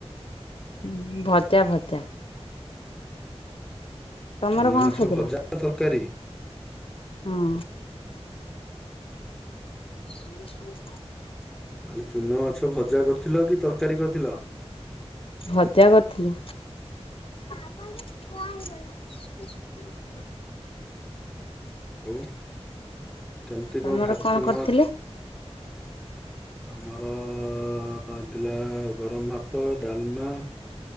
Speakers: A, on the left; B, in the centre.
A: ଉ ଭଜା ଭଜା। ତମର
B: ଚୁନା
A: କଣ
B: ମାଛ
A: ଖାଇଥିଲ?
B: ଭଜା ନା ତରକାରୀ?
A: ହଁ। <inaudible>
B: ମୁଁ କହିଲି ଚୁନା ମାଛ ଭଜା କରିଥିଲ କି ତରକାରୀ କରିଥିଲ?
A: ଭଜା କରିଥିଲି। <unintelligible>
B: ହଉ କେମିତି
A: ତମର
B: କଣ ଭାଜ ଚୁନା
A: କରିଥିଲେ?
B: ମାଛ? ଆମର ହେଇଥିଲା ଗରମ ଭା ତ ଡାଲମା,